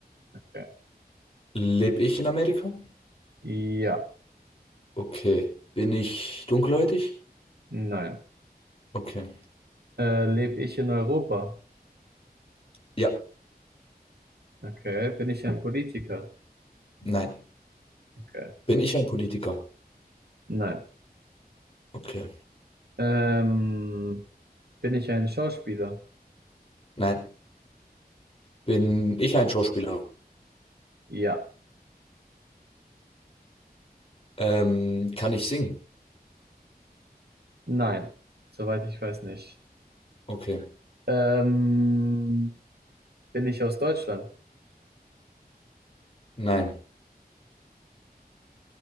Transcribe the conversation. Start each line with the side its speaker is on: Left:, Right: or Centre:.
Right: Okay.
Left: Lebe ich in Amerika?
Right: Ja,
Left: Okay. Bin ich dunkelhäutig?
Right: nein.
Left: Okay.
Right: Äh, lebe ich in Europa?
Left: Ja.
Right: Okay. Bin ich ein Politiker?
Left: Nein.
Right: Okay.
Left: Bin ich ein Politiker?
Right: Nein.
Left: Okay.
Right: Ähm, bin ich ein Schauspieler?
Left: Nein. Bin ich ein Schauspieler?
Right: Ja,
Left: Ähm, kann ich singen?
Right: nein. Soweit ich weiß nicht.
Left: Okay.
Right: Ähm, bin ich aus Deutschland?
Left: Nein.